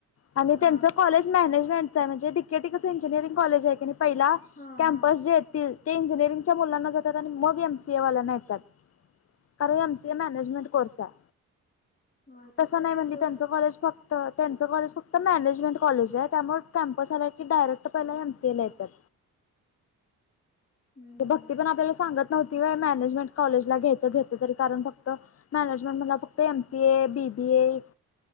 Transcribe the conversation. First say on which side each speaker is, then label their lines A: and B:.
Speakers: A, on the left; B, on the left.
A: आणि
B: हा.
A: त्यांच कॉलेज मॅनेजमेंटच आहे म्हणजे डी के टी कस इंजिनिअरिंग कॉलेज आहे की पहिला
B: हा
A: कॅम्पस
B: हा
A: जे येतील ते इंजिनिअरिंगच्या मुलांना जातात. आणि मग एमसीए वाल्यांना येतात. कारण M C A management course आहे.
B: व्हय ते
A: तस
B: तर
A: नाही
B: आहे
A: म्हणजे
B: सोड.
A: त्यांच कॉलेज फक्त तर त्यांचं कॉलेज फक्त मॅनेजमेंट कॉलेज आहे. त्यामुळे कॅम्पस आलं की डायरेक्ट पहिला एम सी ए ला येतात.
B: हम्म.
A: भक्ती पण आपल्याला सांगत नव्हती होय. मॅनेजमेंट कॉलेज ला घ्यायचं घेतलं तरी कारण फक्त मॅनेजमेंट म्हणला फक्त M C A, B B A,